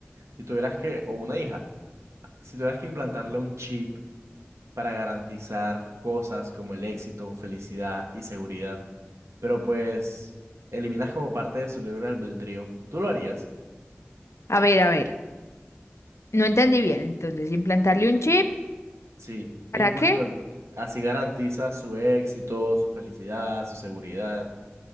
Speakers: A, on the right (about 80°); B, on the left (about 80°).
A: Si tuvieras que, o una hija, si tuvieras que implantarle un chip para garantizar cosas como el éxito, felicidad y seguridad, pero pues eliminas como parte de su libre albedrío, ¿tú lo harías?
B: a ver, a ver. No entendí bien. Entonces, implantarle un chip,
A: Sí. Y
B: ¿para
A: pues
B: qué?
A: con- así garantizas su éxito, su felicidad, su seguridad,